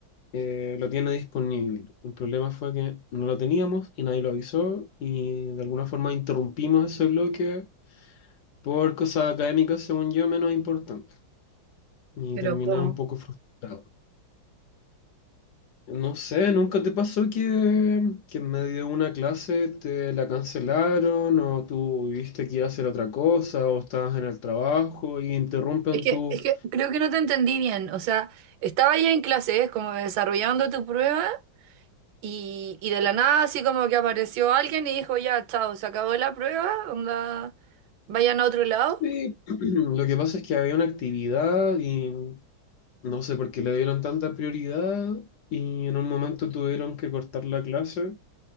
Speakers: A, on the left; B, on the right.
A: eh, lo tiene disponible. El problema fue que no lo teníamos y nadie lo avisó y de alguna forma interrumpimos ese bloque por cosas académicas, según yo, menos importantes y
B: Pero
A: terminé
B: ¿cómo?
A: un poco frustrado. No sé, ¿nunca te pasó que, que en medio de una clase te la cancelaron o tú viste que ibas a hacer otra cosa o estabas en el trabajo y interrumpen
B: Es que,
A: tu...
B: es que creo que no te entendí bien. O sea, estaba ya en clase, ¿eh? como desarrollando tu prueba Y, y de la nada así como que apareció alguien y dijo, ya, chao, se acabó la prueba, onda, vayan a otro lado.
A: Sí, <clears throat> lo que pasa es que había una actividad y no sé por qué le dieron tanta prioridad y en un momento tuvieron que cortar la clase